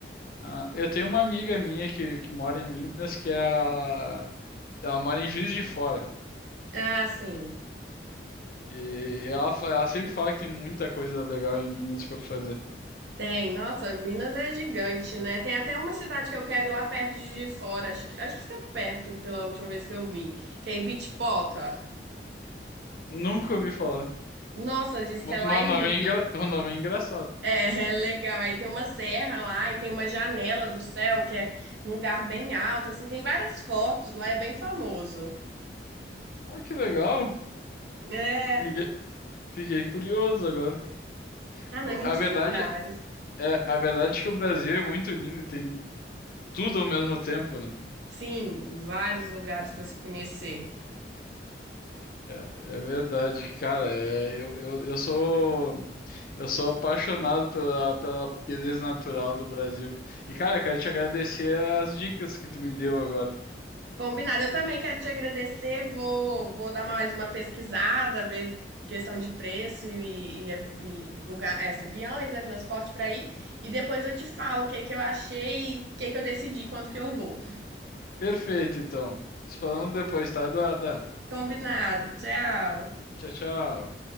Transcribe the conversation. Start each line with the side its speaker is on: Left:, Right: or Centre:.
Left: ah, eu tenho uma amiga minha que, que mora em Minas, que é a, ela mora em Juiz de Fora.
Right: Ah, sim.
Left: E ela, fa- ela sempre fala que tem muita coisa legal em Minas para fazer.
Right: Tem. Nossa, Minas é gigante, né? Tem até uma cidade que eu quero ir lá perto de Juiz de Fora. Acho que, acho que fica perto pela última vez que eu vi. Que é Ibitipoca.
Left: Nunca ouvi falar.
Right: Nossa, diz que
Left: M-
Right: é lá
Left: Mas
Right: é
Left: o
Right: lindo.
Left: nome é, engra... o nome é engraçado.
Right: É, <laughs> é legal. Aí tem uma serra lá e tem uma janela do céu, que é num lugar bem alto, assim. Tem várias fotos lá, é bem famoso.
Left: Ah, que legal.
Right: É.
Left: Fiquei, fiquei curioso agora.
Right: Ah, não,
Left: O-
Right: é muitos
Left: A verdade
Right: lugares.
Left: é, a verdade é que o Brasil é muito lindo e tem tudo ao mesmo tempo, né?
Right: Sim, vários lugares para se conhecer.
Left: É, é verdade, cara. é, eu, eu, eu sou eu sou apaixonado pela, pela beleza natural do Brasil. E, cara, quero te agradecer as dicas que tu me deu agora.
Right: Combinado. Eu também quero te agradecer. Vou, vou dar mais uma pesquisada, ver questão de preço e, e, e lugar, é, aviões, né, transporte para ir. E depois eu te falo o que que eu achei e o que que eu decidi, quanto que eu vou.
Left: Perfeito, então. Nos falamos depois, tá, Eduarda?
Right: Combinado. Tchau.
Left: Tchau, tchau.